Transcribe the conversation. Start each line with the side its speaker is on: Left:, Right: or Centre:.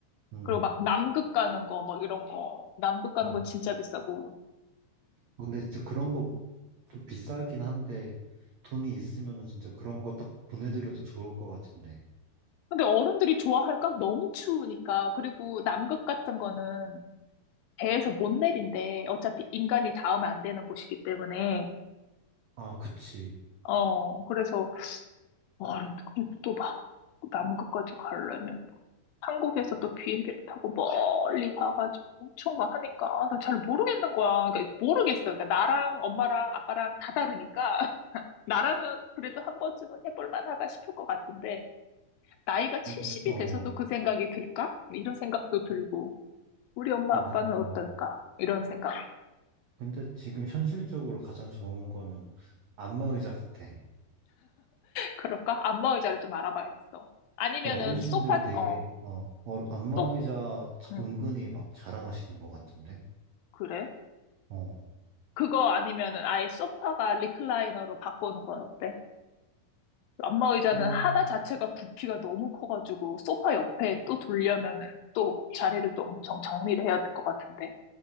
Right: 음,
Left: 그리고 막 남극 가는 거 막 이런 거 남극 가는
Right: 음.
Left: 건 진짜 비싸고.
Right: 근데 진짜 그런 거 좀 비싸긴 한데, 돈이 있으면은 진짜 그런 거 딱 보내드려도 좋을 것 같은데.
Left: 근데 어른들이 좋아할까? 너무 추우니까. 그리고 남극 같은 거는 배에서 못 내린대. 어차피 인간이 닿으면 안 되는 곳이기 때문에.
Right: 아, 그치.
Left: 어, 그래서 와, 또 막, 남극까지 가려면 뭐 한국에서 또 비행기를 타고 멀리 가가지고 엄청 막 하니까, 아, 나 잘 모르겠는 거야. 그러니까 모르겠어. 그러니까 나랑 엄마랑 아빠랑 다 다르니까, <laughs> 나라면 그래도 한 번쯤은 해볼 만하다 싶을 것 같은데, 나이가 70이
Right: 근데, 어,
Left: 돼서도 그 생각이 들까? 이런 생각도 들고, 우리 엄마
Right: 근데
Left: 아빠는
Right: 나,
Left: 어떨까?
Right: 어,
Left: 이런 생각.
Right: 근데 지금 현실적으로 가장 좋은 거는 안마 의자 같아.
Left: 그럴까? 안마 의자를 좀 알아봐야겠어. 아니면은
Right: 근데 어르신들
Left: 소파,
Right: 되게
Left: 어,
Right: 어, 어 안마의자
Left: 또,
Right: 자-
Left: 음,
Right: 은근히 막 자랑하시는 것 같은데.
Left: 그래?
Right: 어.
Left: 그거 아니면은 아예 소파가 리클라이너로 바꾸는 건 어때? 안마 의자는
Right: 오,
Left: 하나 자체가 부피가 너무 커가지고 소파 옆에 또 돌려면은 또 자리를 또 엄청 정리를 해야 될 것 같은데.